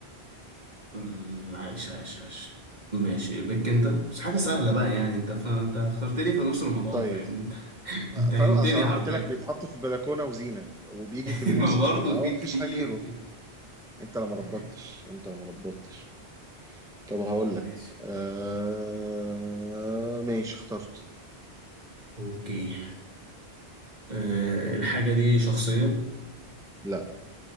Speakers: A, on the right; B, in the centre.
A: ال- عايش عايش عايش ماشي بك انت بس حاجة سهلة بقى يعني انت ف... انت اخترت لي في نص رمضان
B: طيب
A: فاهمني انت <laughs>
B: ما-
A: انت هنتني
B: فاروق أصل انا
A: حرفيا
B: قلت لك بيتحط
A: <laughs>
B: في بلكونه وزينه وبيجي في الموسم
A: ما برضه
B: فهو
A: في
B: ما
A: كتير
B: فيش حاجه غيره
A: في
B: انت لما
A: <laughs>
B: ربطتش انت لما ربطتش
A: آه
B: طب هقول
A: ماشي
B: لك آه ماشي اخترت
A: اوكي آه الحاجة دي شخصية
B: لا